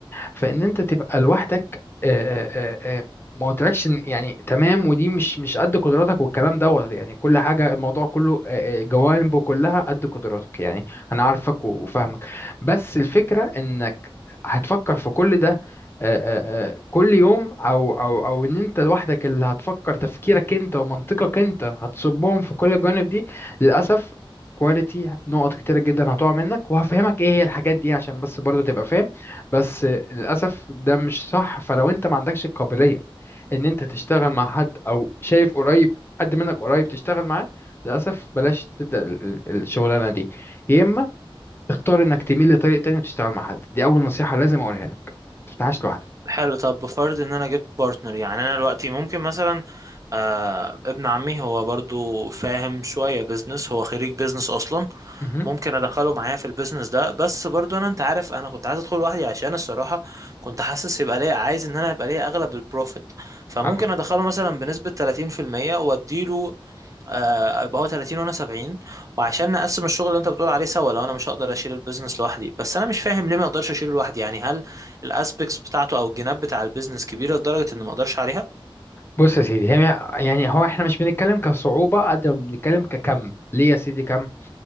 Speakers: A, on the left; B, on the right.
A: فان انت تبقى لوحدك آه، آه، آه، ما قلتلكش إن- يعني تمام ودي مش مش قد قدراتك والكلام دوت يعني كل حاجه الموضوع كله آه، آه، جوانبه كلها قد قدراتك يعني انا عارفك وفاهمك بس الفكره انك هتفكر في كل ده آه، آه، آه، كل يوم او او او ان انت لوحدك اللي هتفكر تفكيرك انت ومنطقك انت هتصبهم في كل الجوانب دي للاسف كواليتي نقط كتيرة جدا هتقع منك وهفهمك ايه هي الحاجات دي عشان بس برضو تبقى فاهم بس للأسف ده مش صح فلو أنت ما عندكش القابلية إن أنت تشتغل مع حد أو شايف قريب حد منك قريب تشتغل معاه للأسف بلاش تبدأ ال- ال- الشغلانة دي يا إما تختار إنك تميل لطريق تاني وتشتغل مع حد دي أول نصيحة لازم أقولها لك ما تفتحهاش لوحدك
B: حلو طب بفرض ان انا جبت بارتنر يعني انا دلوقتي ممكن مثلا آه ابن عمي هو برضو فاهم شوية بيزنس هو خريج بيزنس اصلا
A: مهم.
B: ممكن ادخله معايا في البيزنس ده بس برضو انا انت عارف انا كنت عايز ادخل لوحدي عشان الصراحة كنت حاسس يبقى ليا عايز ان انا يبقى ليا اغلب البروفيت فممكن
A: أهو.
B: ادخله مثلا بنسبة 30% واديله آه، يبقى هو 30 وانا 70 وعشان نقسم الشغل اللي انت بتقول عليه سوا لو انا مش هقدر اشيل البيزنس لوحدي بس انا مش فاهم ليه ما اقدرش اشيله لوحدي يعني هل الاسبكتس بتاعته او الجناب بتاع البيزنس كبيره لدرجه ان ما اقدرش عليها
A: بص يا سيدي هي- يعني هو إحنا مش بنتكلم كصعوبة قد ما بنتكلم ككم ليه يا سيدي كم